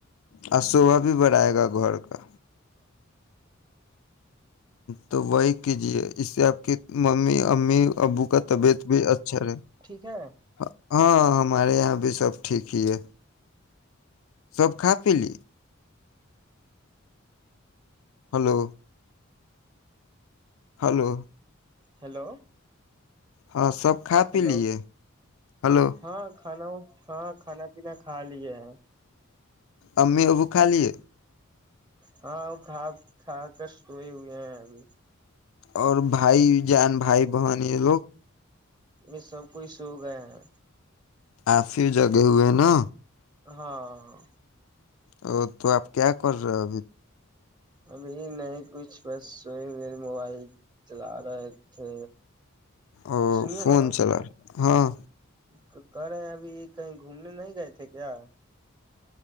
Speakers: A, on the left (about 80°); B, on the right (about 20°).
A: اور صوبا بھی بڑھائے گا گھر کا تو وہی کیجیے اس سے آپ کی ممی امی ابو کا طبیعت بھی ا اچ چرے
B: ٹھیک ہے
A: ہاں ہاں ہمارے یہاں بھی سب ٹھیک ہی ہے سب کا پلی ہلو ہلو
B: ہیلو
A: ہاں سب کا پی
B: ہیلو
A: لیے ہلو
B: ہاں کھانا ہاں کھانا پینا کھا لیا ہے
A: امی ابو کا لے
B: ہاں ا کا کا ک توئی یہ ابھی
A: اور بھائی جان بھائی بہانی لوگ
B: میں سب کئی سو گیا ہے
A: آفیو جگے ہوئے نا
B: ہاں
A: ا تو آپ کیا کر رہے ہو ابھی
B: ابھی نہیں کچھ بس ہو ہی میرے موبائل چلا رہے تھے
A: او
B: سنیے
A: فون
B: نا
A: چلا رہے ہاں
B: تو کر رہے ہیں ابھی کہیں گھومنے نہیں گئے تھے کیا